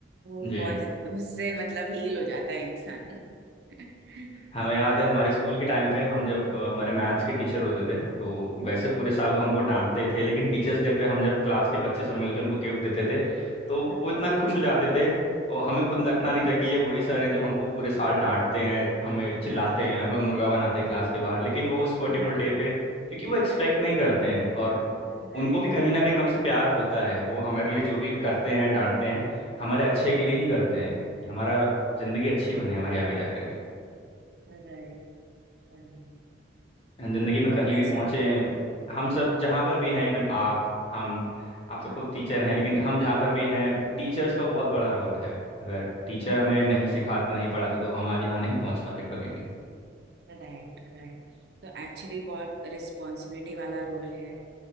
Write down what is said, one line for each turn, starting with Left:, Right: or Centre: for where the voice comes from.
Right: वो
Left: जी
Right: बहुत अच्छ- उससे मतलब हील हो जाता है इंसान <laughs>
Left: हमें याद है हमारे स्कूल के टाइम पे हम जब अ, हमारे मैथ्स के टीचर होते थे तो वैसे पूरे साल वो हमको डांटते थे लेकिन टीचर्स डे पे हम जब क्लास के बच्चे सब मिलकर उनको गिफ्ट देते थे तो
Right: हाँ
Left: वो इतना खुश हो जाते थे और हमें खुद लगता नहीं
Right: हाँ
Left: था कि ये वही सर हैं जो हमको पूरे साल डांटते हैं हमें चिल्लाते
Right: हाँ
Left: हैं हमें मुर्गा बनाते हैं क्लास के बाहर लेकिन वो उस पर्टिकुलर
Right: हाँ
Left: डे पे क्योंकि वो एक्सपेक्ट नहीं करते हैं और
Right: Right
Left: उनको भी कहीं ना कहीं हमसे प्यार होता है वो हमारे लिए जो भी करते हैं डांटते हैं हमारे अच्छे
Right: right
Left: के लिए ही करते हैं कि हमारा जिंदगी
Right: Right
Left: अच्छी बने हमारी आगे जा करके
Right: right right
Left: जिंदगी
Right: तो
Left: में
Right: है
Left: कहीं
Right: वैसा
Left: भी पहुंचे हम सब जहाँ पर भी हैं इवन आप हम आप तो
Right: हाँ
Left: खुद टीचर हैं लेकिन हम जहाँ पर भी हैं टीचर्स का बहुत बड़ा रोल है अगर टीचर
Right: हाँ
Left: हमें नहीं सिखाते नहीं पढ़ाते तो हम आज यहाँ नहीं पहुंच पाते कभी भी
Right: Right right तो एक्चुअली बहुत रिस्पॉन्सिबिलिटी वाला रोल है